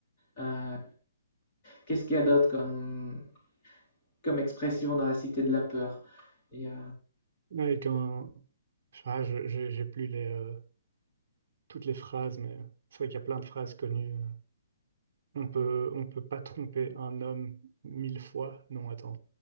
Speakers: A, on the left (about 20°); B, on the right (about 40°).
A: Euh, Qu'est-ce qu'il y a d'autre comme, comme expression dans la Cité de la Peur? Et, euh,
B: Ouais, quand... Ah, je, je- j'ai plus les, euh, toutes les phrases, mais c'est vrai qu'il y a plein de phrases connues. euh. On peut, on peut pas tromper un homme mille fois. Non, attends.